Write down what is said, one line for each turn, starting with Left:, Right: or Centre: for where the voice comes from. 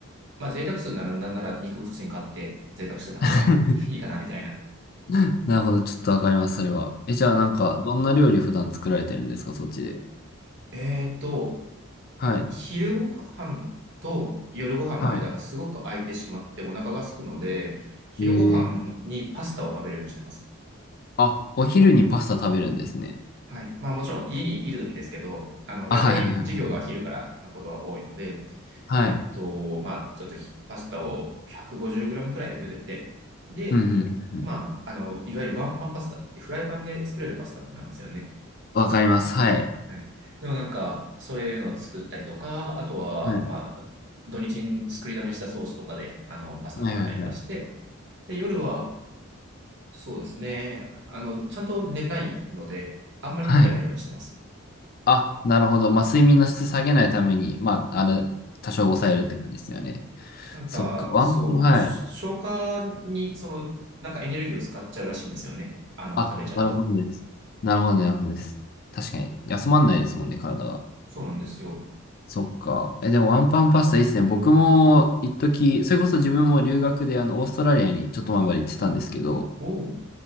Right: まあ贅沢するならなんなら肉普通に買って贅沢してた方がいいかなみたいな。
Left: <laughs> なるほど。ちょっとわかります、それは。え、じゃあ、
Right: うん。
Left: なんか、どんな料理普段作られてるんですか、そっちで。
Right: えーっと、
Left: はい。
Right: 昼ご飯と夜ご飯の間がすごく空いてしまってお腹が空くので、
Left: は
Right: 昼ご飯にパスタを食べるようにしてます。
Left: い。えー。あ、お昼にパスタ食べるんですね。
Right: はい。まあもちろん家にいる時ですけど、あの、大体授業が昼からのことは多いので、
Left: あ、はい、はい、はい。はい。
Right: えっと、
Left: はい。
Right: まあちょっとひパスタを 150g くごじゅうグラムくらい茹でて、で、
Left: うん、うん。うん
Right: まあ、あの、いわゆるワンパンパスタって言ってフライパンで作れるパスタってなんですよね。
Left: わかります。はい。
Right: はい。でもなんか、そういうのを作ったりとか、あとは、
Left: はい。
Right: まあ、土日に作りだめしたソースとかで、あの、パスタ食べたりとかして、
Left: はいはいはい。
Right: で、夜は、そうですね、あの、ちゃんと寝たいので、あんまり食べないようにしてます。
Left: はい。あ、なるほど。まあ、睡眠の質下げないために、まあ、あの、多少抑えるって感じですよね。
Right: そう。なんか、
Left: そっか。ワン、
Right: そう、
Left: はい。
Right: 消化に、その、なんかエネルギーを使っちゃうらしいんですよね。あの、
Left: あ、
Right: 食べちゃうと。
Left: なるほどです。なるほど、
Right: うん。
Left: なるほどです。確かに。休まんないですもんね、体が。
Right: そうなんですよ。
Left: そっか。え、でもワンパンパスタいいですね。僕も、一時、それこそ自分も留学で、あの、オーストラリアにちょっと前まで行ってたんですけど、
Right: おう。